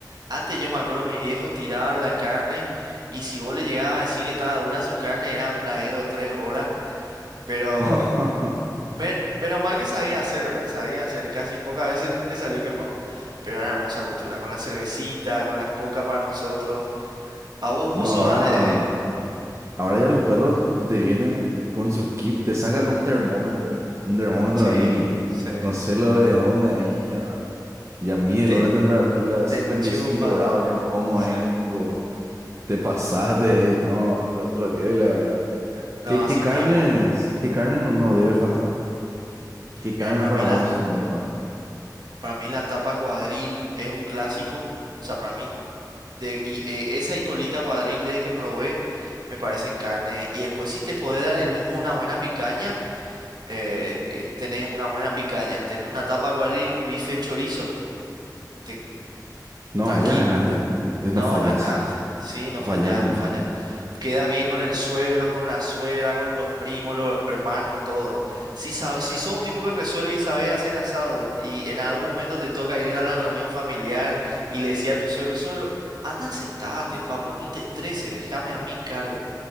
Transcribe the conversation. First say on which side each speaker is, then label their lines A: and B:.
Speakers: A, on the right; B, on the right.
A: Antes yo me acuerdo, mi viejo tiraba la carne y si vos le llegabas a decir que estaba dura su carne, era plagueo tres horas, pero
B: <laughs> No.
A: me- menos mal que sabía hacer, ¿verdad? Sabía hacer, casi pocas veces le salió quemado, pero una hermosa cultura, con la cervecita, con la coca para nosotros. A vos,
B: No,
A: vos sos...
B: ahora.
A: a- eh,
B: Ahora ya los perros te vienen con su kit, te sacan un termómetro, viejo. Un termómetro
A: sí,
B: ahí,
A: sí,
B: no sé lo de dónde ahí, ya, ya mieló
A: te,
B: la
A: en-
B: temperatura, 55
A: te enchufas,
B: grados, yo como
A: sí.
B: ahí, tipo, te pasaste, <laughs> ahí, no, otro, otro level, la verdad.
A: No,
B: ¿Qué,
A: así
B: qué carnes,
A: mismo. eh.
B: qué carne no, no debe faltar? ¿Qué carne
A: Mira, para
B: para
A: mí
B: vos
A: la,
B: no debe faltar?
A: para mí la tapa cuadril es un clásico. O sea, para mí De, y eh, esa y colita cuadril de que probé me parecen carne. Y después si te podés dar el lujo de una buena picaña, eh, que tenés una buena picaña. Tenés una tapa cuadril un bife chorizo. te-
B: No,
A: tranquilo.
B: allá ganaste, eh,
A: No,
B: no fallas,
A: ganaste. Sí, no
B: no fallas
A: fallás,
B: con
A: no
B: eso.
A: fallás. Quedas bien con el suegro, con la suegra, con los primos, los hermanos, todo. Si, sab- si sos un tipo que resuelve y sabes hacer asado y en algún momento te toca ir a la reunión familiar y le decía a tu suegro, suegro, anda, sentate, papo, ni te estreses, déjame a mí cargo.